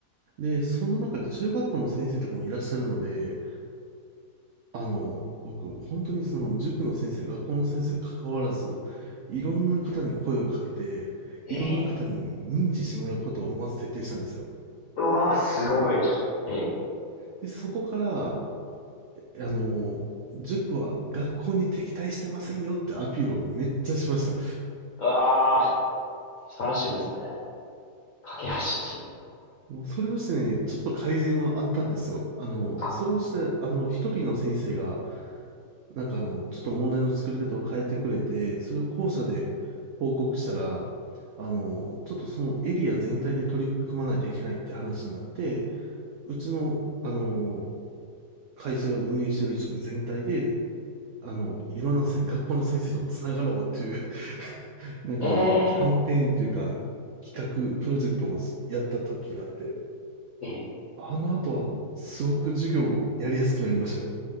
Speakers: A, on the right; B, on the left.
A: で、その中で中学校の先生とかもいらっしゃるので、あの、僕、本当にその塾の先生、学校の先生関わらず、いろんな方に声をかけて、
B: え
A: いろんな方に認知してもらうことをまず徹底したんですよ。
B: え、ええうわー、すごい。ええ、
A: で、そこから、あの、塾は学校に敵対してませんよってアピールをめっちゃしました。
B: あー、素晴らしいですね。架け橋に。
A: もうそれをしてね、ちょっと改善はあったんですよ。あの、
B: あ、
A: それをして、あの、一人の先生が、なんかあの、ちょっと問題の作り方を変えてくれて、それを校舎で報告したら、あの、ちょっとそのエリア全体で取り組まないといけないって話になって、うちの、あの、会社が運営してる塾全体で、あの、いろんなせ学校の先生とつながろうという、<laughs> なんかあの、
B: ええ、
A: キャンペーンというか、企画、
B: ええ、
A: プロジェクトをやった時があって、
B: ええ、
A: あの後は、すごく授業やりやすくなりましたよ。